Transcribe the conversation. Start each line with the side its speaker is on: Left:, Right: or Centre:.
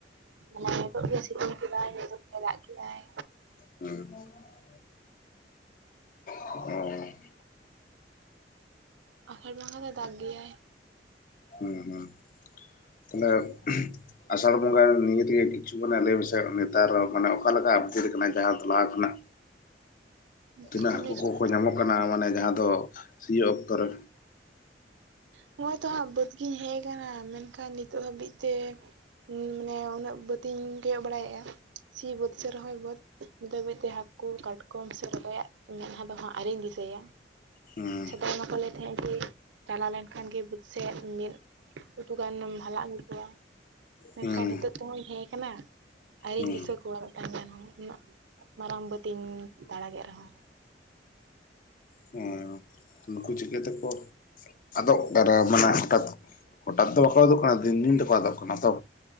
Right: ᱢᱟᱱᱮ ᱱᱤᱛᱳᱜ ᱜᱮ ᱥᱤᱛᱩᱝ ᱠᱮᱫᱟᱭ ᱱᱤᱛᱳᱜ ᱜᱮ ᱫᱟᱜ ᱠᱮᱫᱟᱭ,
Left: <unintelligible> <unintelligible>
Right: ᱟᱥᱟᱲ ᱵᱚᱸᱜᱟ ᱫᱚᱭ ᱫᱟᱜ ᱜᱮᱭᱟᱭ,
Left: <unintelligible> ᱟᱥᱟᱲ ᱵᱚᱸᱜᱟ ᱱᱤᱭᱟᱹ ᱛᱮᱜᱮ ᱠᱤᱪᱷᱩ ᱜᱟᱱᱮᱫ ᱞᱮᱭ ᱢᱮᱥᱮᱫ ᱱᱮᱛᱟᱨ ᱢᱟᱱᱮ ᱚᱠᱟᱞᱮᱠᱟ ᱟᱯᱰᱮᱴ ᱠᱟᱱᱟ ᱡᱟᱦᱟᱸ ᱫᱚ ᱞᱟᱦᱟ ᱠᱷᱚᱱᱟᱜ ᱛᱤᱱᱟᱹᱜ
Right: ᱪᱮᱫᱠᱟᱢ
Left: ᱦᱟᱹᱠᱩ
Right: ᱞᱟᱹᱭ ᱦᱚᱪᱚ
Left: ᱠᱚᱠᱚ ᱧᱟᱢᱚᱜ ᱠᱟᱱᱟ ᱢᱟᱱᱮ ᱡᱟᱦᱟᱸ ᱫᱚ ᱥᱤᱭᱳᱜ ᱚᱠᱛᱚ ᱨᱮ,
Right: ᱦᱚᱸᱜᱼᱚᱭ ᱛᱚ ᱦᱟᱸᱜ ᱵᱟᱹᱫᱽ ᱜᱤᱧ ᱦᱮᱡ ᱟᱠᱟᱱᱟ ᱢᱮᱱᱠᱷᱟᱱ ᱱᱤᱛᱚᱜ ᱦᱟᱹᱵᱤᱡ ᱛᱮ ᱢᱟᱱᱮ ᱩᱱᱟᱹᱜ ᱵᱟᱹᱛᱤᱧ ᱠᱚᱭᱚᱜ ᱵᱟᱲᱟᱭᱮᱫ-ᱟ ᱥᱤ ᱵᱟᱹᱫᱽ ᱥᱮ ᱨᱚᱦᱚᱭ ᱵᱟᱹᱫᱽ ᱱᱤᱛ ᱫᱷᱟᱹᱵᱤᱡ ᱛᱮ ᱦᱟᱹᱠᱩ ᱠᱟᱴᱠᱚᱢ ᱥᱮ ᱨᱚᱠᱚᱡ-ᱟᱜ ᱢᱮᱫᱦᱟ ᱫᱚ ᱦᱟᱸᱜ ᱟᱣᱨᱤᱧ ᱫᱤᱥᱟᱹᱭᱟ ᱾
Left: ᱦᱩᱸ
Right: ᱥᱮᱫᱟᱜᱟᱭ ᱢᱟ ᱠᱚ ᱞᱮᱭ ᱛᱟᱸᱦᱮᱜ ᱡᱮ ᱪᱟᱞᱟᱣ ᱞᱮᱱᱠᱷᱟᱱ ᱜᱮ ᱵᱟᱹᱫ ᱥᱮᱫ ᱢᱤᱫ ᱩᱛᱩ ᱜᱟᱱᱮᱢ ᱦᱟᱞᱟᱝ ᱟᱜᱩ ᱠᱚᱭᱟ᱾ ᱢᱮᱱᱠᱷᱟᱱ
Left: ᱦᱩᱸ
Right: ᱱᱤᱛᱳᱜ ᱛᱮᱦᱚᱸᱧ ᱦᱮᱡ ᱠᱟᱱᱟ ᱟᱨᱣᱤᱧ
Left: ᱦᱩᱸ
Right: ᱫᱤᱥᱟᱹ ᱠᱚᱣᱟ᱾ ᱢᱮᱫᱴᱟᱝ ᱜᱟᱱ ᱦᱚᱸ ᱩᱱᱟᱹᱜ ᱢᱟᱨᱟᱝ ᱵᱟᱹᱫᱤᱧ ᱫᱟᱲᱟ ᱠᱮᱫ ᱨᱮᱦᱚᱸ᱾
Left: ᱦᱮᱸ ᱱᱩᱠᱩ ᱪᱤᱠᱟᱹ ᱛᱮᱠᱚ ᱟᱫᱚᱜ ᱠᱟᱱᱟ ᱢᱟᱱᱮ ᱦᱚᱴᱟᱛ ᱦᱚᱴᱟᱛ ᱫᱚ ᱵᱟᱠᱚ ᱟᱫᱚᱜ ᱠᱟᱱᱟ ᱫᱤᱱ ᱫᱤᱱ ᱛᱮᱠᱚ ᱟᱫᱚᱜ ᱠᱟᱱᱟ ᱛᱚ᱾